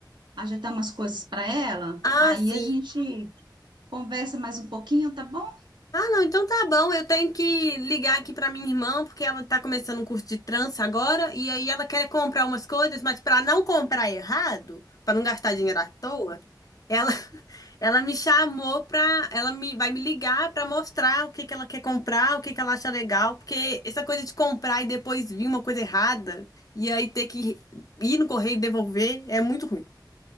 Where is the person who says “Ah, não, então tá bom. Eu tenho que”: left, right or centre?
Left